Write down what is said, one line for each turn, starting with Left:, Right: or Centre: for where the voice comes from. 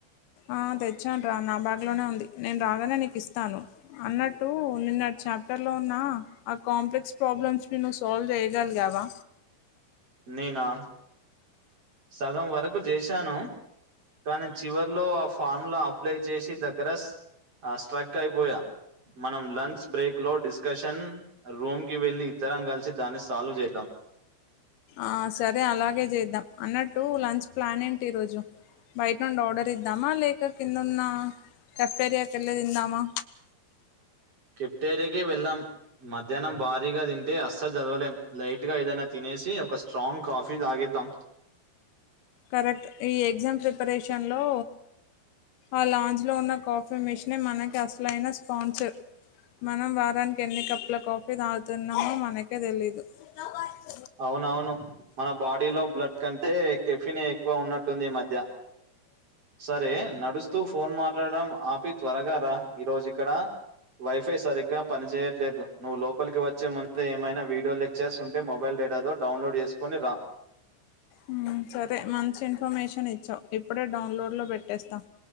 Left: ఆ తెచ్చాన్ రా నా బ్యాగ్ లోనే ఉంది నేను రాగానే నీకు ఇస్తాను అన్నట్టు నిన్నటి చాప్టర్లో ఉన్న ఆ కాంప్లెక్స్ ప్రాబ్లమ్స్ ని నువ్వు సాల్వ్ చేయగలిగావా
Right: నేనా సగం వరకు చేశాను కానీ చివరిలో ఆ ఫార్ములా అప్లై చేసే దగ్గర ఆ స్ట్రక్ అయిపోయా మనం లంచ్ బ్రేక్ లో డిస్కషన్ రూమ్ కి వెళ్ళి ఇద్దరం కలిసి దాన్ని సాల్వ్ చేద్దాం
Left: ఆ సరే అలాగే చేద్దాం అన్నట్టు లంచ్ ప్లాన్ ఏంటి ఈరోజు బయట నుండి ఆర్డర్ ఇద్దామా లేక కింద ఉన్న క్యాఫ్టీరియా కి ఎళ్ళి తిందామా
Right: కెప్టేరియాకి వెళ్ళాం మధ్యాహ్నం భారీగా తింటే అస్సల్ చదవలేం లైట్ గా ఏదైనా తినేసి ఒక స్ట్రాంగ్ కాఫీ తాగేద్దాం
Left: కరెక్ట్ ఈ ఎగ్జామ్ ప్రిపరేషన్ లో ఆ లాంజ్ లో ఉన్న కాఫీ మెషనే మనకి అసలైన స్పాన్సర్ మనం వారానికి ఎన్ని కప్పుల కాఫీ తాగుతున్నామో మనకే తెలీదు నో పార్క్
Right: అవునవును మన బాడీలో బ్లడ్ కంటే కెఫినే ఎక్కువ ఉన్నట్టుంది ఈ మధ్య సరే నడుస్తూ ఫోన్ మాట్లాడ ఆపి త్వరగాారా ఈరోోజు ఇక్కడ వైఫై సరిగ్గా పనిచేయ లేదు నువ్వు లోపలికి వచ్చే ముంద ఏమైనా వీడియో లెక్చర్స్ ఉంటే మొబైల్ డేటాతోో డౌన్లోడ్ చేసుకొని రా
Left: హ్మ్ సరే మంచి ఇన్ఫర్మేషన్ ఇచ్చావు ఇప్పుడే డౌన్లోడ్లో పెట్టేస్తాం